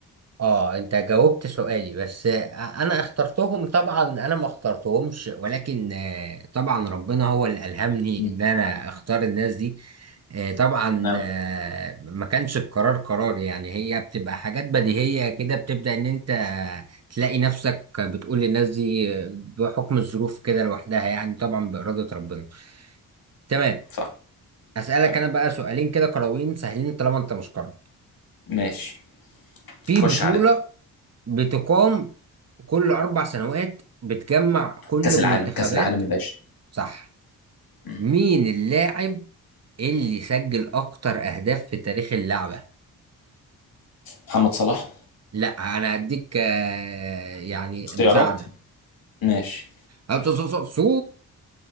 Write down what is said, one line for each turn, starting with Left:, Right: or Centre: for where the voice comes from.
Right: اه انت جاوبت سؤالي بس آه، انا اخترتهم طبعا انا ما اخترتهمش ولكن آه، طبعا ربنا هو اللي الهمني
Left: مم.
Right: ان انا اختار الناس دي آه، طبعا
Left: نعم
Right: آه،
Left: يا باشا.
Right: ما كانش القرار قرار يعني هي بتبقى حاجات بديهية كده بتبدأ ان انت تلاقي نفسك بتقول للناس دي بحكم الظروف كده لوحدها يعني طبعا بإرادة ربنا تمام
Left: صح
Right: اسألك
Left: تمام
Right: انا بقى سؤالين كده كروين سهلين طالما انت مش قرر
Left: ماشي
Right: في
Left: خش
Right: بطولة
Left: عليا
Right: بتقام كل أربع سنوات بتجمع كل
Left: كأس
Right: المنتخبات
Left: العالم كأس العالم يا باشا
Right: صح
Left: مم.
Right: مين اللاعب اللي سجل أكتر أهداف في تاريخ اللعبة؟
Left: محمد صلاح
Right: لا أنا هديك آه، يعني
Left: اختيارات
Right: مساعدة
Left: ماشي
Right: آه، سو سو سو سو.